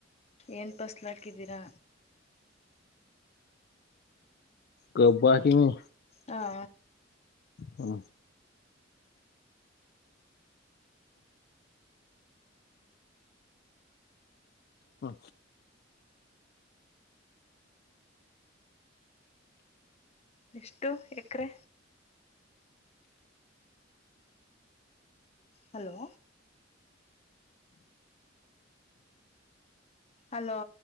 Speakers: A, on the left; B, on the left.
A: ಏನ್ ಫಸ್ಲ್ ಹಾಕಿದ್ದೀರಾ.
B: ಕಬ್ಬ ಹಾಕೀನಿ
A: ಹಾ
B: ಹ್ಮ ಹಾ
A: ಎಷ್ಟು ಎಕರೆ. Hello hello